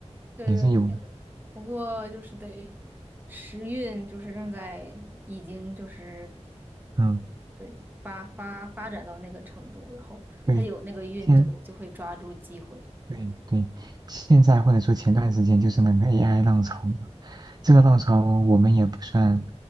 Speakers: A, on the right (about 15°); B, on the right (about 35°).
A: 对对
B: 也是有的。
A: 不过就是得时运，就是正在已经就是
B: 嗯。
A: 对发发发展到那个程度，然后他有那个运就就会抓住机会。
B: 对，现对对，现在或者说前段时间就是那个 AI 浪潮嘛，这个浪潮我们也不算，